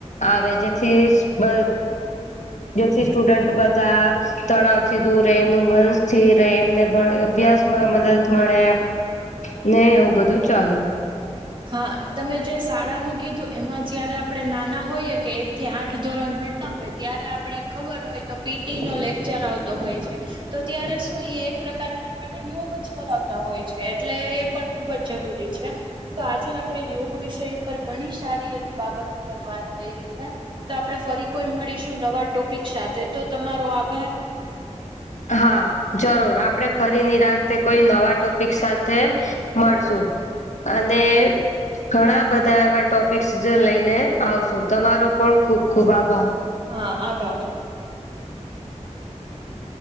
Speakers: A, on the left; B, on the right.
A: આવે જેથી જેથી સ્ટુડન્ટ બધા તણાવથી દૂર રહે એમનું મન સ્થિર રહે એમને અભ્યાસમાં મદદ મળે એ નહી એવું બધું જ ચાલે
B: હા તમે જે શાળાનું કીધું એમાં જયારે આપણે નાના હોઈએ કે એક થી આઠ ધોરણ ભણતા હોય ત્યારે આપણે ખબર હોય તો પીટી નો લેક્ચર આવતો હોય છે, તો ત્યારે શું એક પ્રકાર ન આપણને યોગ જ કરાવતા હોય છે, એટલે એ પણ ખુબ જ જરૂરી છે. તો આજે આપણે યોગ વિષય ઉપર ઘણી સારી એવી બાબત ઉપર વાત કરી છે. તો આપડણે ફરી કોઈ મળીશું નવા ટોપિક સાથે તો તમારો આભાર
A: હા જરૂર આપડે ફરી નિરાંત કોઈ નવા ટો પ સાથે મળશું અને ઘણા બધા એવા ટોપિકસ લઈને આવશો તમારો પણ ખુબ ખુબ આભાર.
B: હા આભાર.
A: હમ